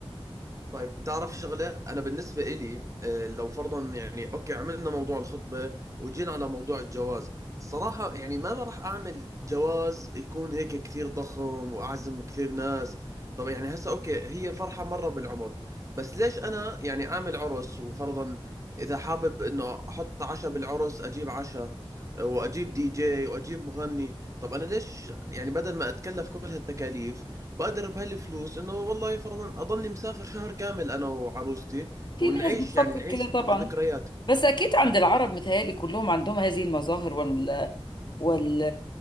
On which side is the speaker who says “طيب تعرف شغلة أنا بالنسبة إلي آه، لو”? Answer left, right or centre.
Right